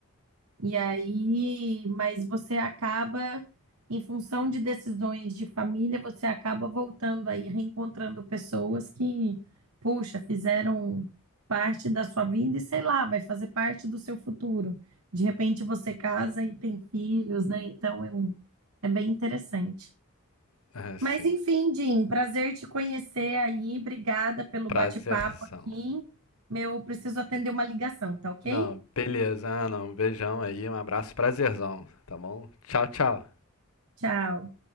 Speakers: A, on the right (about 85°); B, on the left (about 75°).
A: E aí, mas você acaba, em função de decisões de família, você acaba voltando aí, reencontrando pessoas que, poxa, fizeram parte da sua vida e sei lá, vai fazer parte do seu futuro. De repente você casa e tem filhos, né? Então é, um- é bem interessante.
B: assim,
A: Mas enfim, Jim, prazer te conhecer aí. Obrigada pelo
B: prazerzão.
A: bate-papo aqui. Meu, preciso atender uma ligação, tá ok?
B: Não, beleza. Ah, não. Um beijão aí, um abraço, prazerzão, tá bom? Tchau, tchau.
A: Tchau.